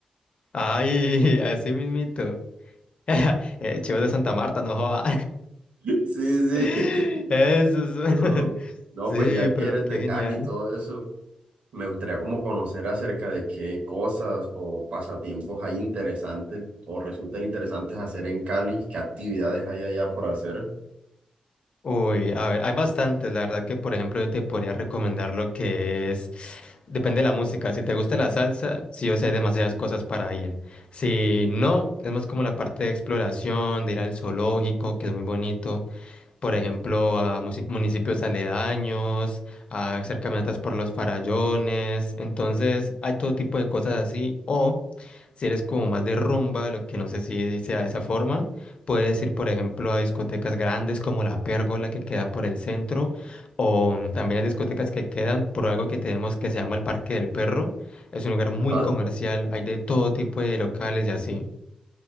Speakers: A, on the left (about 50°); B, on the right (about 75°).
A: Ay, así mismito. <laughs> Eh, chivo de Santa Marta, no joda.
B: <laughs> Sí,
A: <laughs>
B: sí.
A: Eso son.
B: Pero,
A: <laughs>
B: No,
A: Sí,
B: pues ya que
A: pero
B: eres
A: qué
B: de
A: genial.
B: Cali y todo eso, me gustaría como conocer acerca de qué cosas o pasatiempos hay interesantes o resultan interesantes hacer en Cali, qué actividades hay allá por hacer.
A: Uy, a ver, hay bastantes. La verdad que, por ejemplo, yo te podría recomendar lo que es. Depende de la música. Si te gusta la salsa, sí o sí hay demasiadas cosas para ir. Si no, es más como la parte de exploración, de ir al zoológico, que es muy bonito. por ejemplo, a musi- municipios aledaños, a hacer caminatas por los farallones. Entonces, hay todo tipo de cosas así. O si eres como más de rumba, lo que no sé si sea de esa forma, puedes ir, por ejemplo, a discotecas grandes como La Pérgola que queda por el centro, o también hay discotecas que quedan por algo que tenemos que se llama el Parque del Perro. Es un lugar muy
B: Ajá.
A: comercial, hay de todo tipo de locales y así.